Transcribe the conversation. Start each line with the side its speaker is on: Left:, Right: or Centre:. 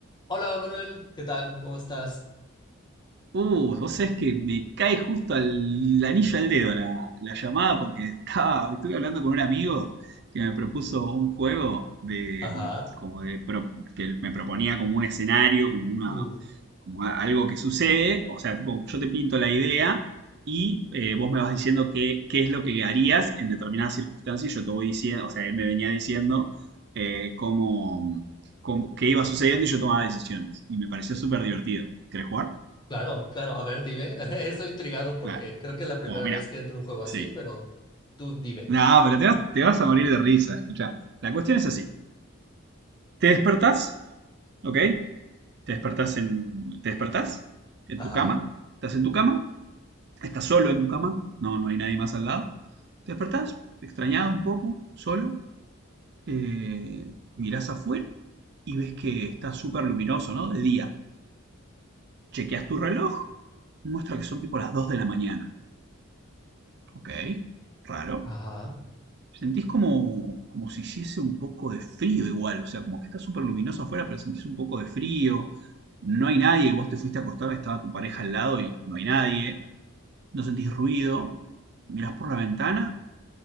Left: Hola Manuel, ¿qué tal? ¿Cómo estás?
Right: Uh, vos sabés que me cae justo al el anillo al dedo la, la llamada porque estaba, estuve hablando con un amigo que me propuso un juego de,
Left: Ajá.
Right: como de, pro- que me proponía como un escenario, como una,
Left: Uf,
Right: como a- algo que sucede, o sea, tipo, yo te pinto la idea y eh, vos me vas diciendo qué, qué es lo que harías en determinadas circunstancias y yo te voy diciendo, o sea, él me venía diciendo eh, cómo, cómo- qué iba sucediendo y yo tomaba decisiones. Y me pareció súper divertido. ¿Querés jugar?
Left: claro, claro. A ver, dime. <laughs> Estoy intrigado porque
Right: Vale.
Left: creo que es la primera
Right: Bueno, mira,
Left: vez que entro a un juego así,
Right: sí.
Left: pero tú dime.
Right: no, pero te vas, te vas a morir de risa, escucha. La cuestión es así. Te despertás, ¿ok? Te despertás en, te despertás en
Left: Ajá,
Right: tu cama. Estás en tu cama. Estás solo en tu cama. No, no hay nadie más al lado. Te despertás, extrañado un poco, solo. eh, mirás afuera y ves que está súper luminoso, ¿no? De día. Chequeas tu reloj. Muestra que son tipo las 2 de la mañana. Ok, raro.
Left: ajá,
Right: Sentís como, como si hiciese un poco de frío igual, o sea, como que está súper luminoso afuera, pero sentís un poco de frío, no hay nadie, vos te fuiste a acostar, estaba tu pareja al lado y no hay nadie, no sentís ruido, mirás por la ventana